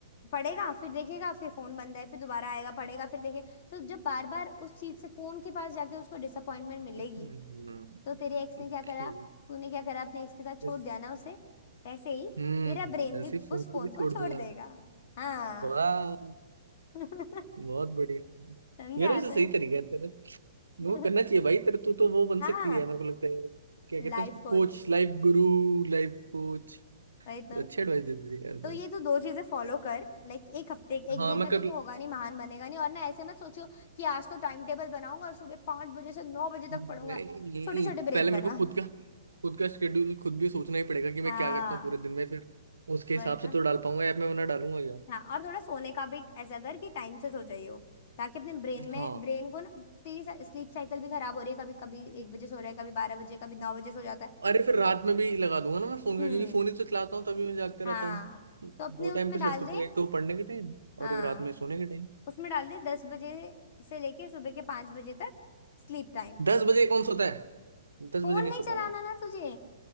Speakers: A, on the left; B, on the right.
A: पढ़ेगा फिर देखेगा फिर फोन बंद है फिर दोबारा आएगा पढ़ेगा फिर देखेगा तो जब बार बार उस चीज से फोन के पास जाके उसको डिसअपॉइंटमेंट मिलेगी
B: हम्म
A: तो तेरे एक्स ने
B: ओके
A: क्या करा तूने क्या करा अपने एक्स के साथ छोड़
B: बस
A: दिया ना उसे वैसे ही
B: हम्म
A: तेरा ब्रेन
B: वैसे
A: भी
B: फोन
A: उस फोन
B: को भी
A: को
B: छोड़
A: छोड़
B: दूंगा
A: देगा हाँ
B: वाह
A: <laughs>
B: बहुत बढ़िया
A: समझा
B: यार वैसे
A: तो
B: सही तरीका है तेरा
A: <laughs>
B: वो करना चाहिए भाई तेरे तू तो वो बन
A: हाँ
B: सकती है मेरे को लगता है क्या कहते
A: लाइफ
B: हैं उसको
A: कोच
B: coach life guru Life coach
A: वही तो
B: अच्छे एडवाइस देती थी यार तू
A: तो ये तो दो चीजें फॉलो कर लाइक एक हफ्ते एक
B: हाँ
A: दिन
B: मैं
A: में तो
B: कर
A: तो होगा नहीं महान बनेगा नहीं और ना ऐसे मत सोचो कि आज तो टाइम टेबल बनाऊंगा और सुबह पांच बजे से नौ बजे तक
B: नहीं
A: पढ़ूंगा छोटे छोटे ब्रेक
B: पहले
A: बना
B: मेरे को खुद का खुद का शेड्यूल खुद भी सोचना ही पड़ेगा कि मैं
A: हाँ
B: क्या करता हूँ पूरे दिन में फिर उसके हिसाब
A: वही
B: से
A: तो
B: तो डाल पाऊंगा ऐप में वरना डालूंगा क्या
A: हाँ और थोड़ा सोने का भी ऐसा कर कि टाइम से सो जाइयो ताकि अपने ब्रेन में
B: हाँ
A: ब्रेन को ना तेरी स्लीप साइकिल भी खराब हो रही है कभी कभी एक बजे सो रहा है कभी बारह बजे कभी नौ बजे सो जाता है
B: अरे फिर रात में भी लगा दूंगा ना मैं फोन
A: हम्म
B: का क्योंकि फोन ही तो चलाता हूँ तभी मैं जागते
A: हाँ
B: रहता हूँ दो
A: तो अपने
B: टाइम
A: उसमें
B: पे
A: डाल
B: सेट कर
A: दे
B: दूंगा एक तो पढ़ने के टाइम और
A: हाँ
B: एक रात में सोने के टाइम
A: उसमें डाल दे दस बजे से लेके सुबह के पांच बजे तक स्लीप टाइम
B: दस बजे कौन सोता है दस
A: फोन
B: बजे नहीं
A: नहीं
B: सो
A: चलाना
B: पाऊंगा
A: ना तुझे